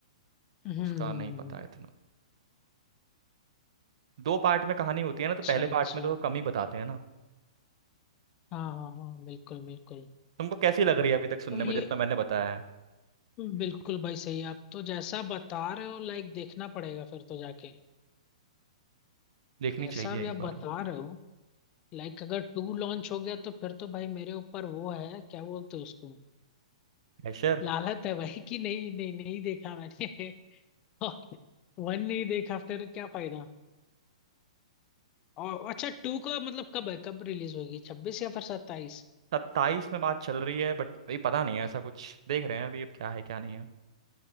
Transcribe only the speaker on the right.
उसका
नहीं पता है इतना दो पार्ट में कहानी होती
है ना तो पहले
पार्ट में तो कम ही बताते हैं ना
तुमको कैसी लग रही है अभी तक सुनने
में जितना मैंने बताया है
देखनी
चाहिए
एक
बार
प्रेशर
सत्ताईस में बात चल रही है बट अभी पता नहीं है ऐसा कुछ देख रहे हैं अभी अब क्या है क्या नहीं है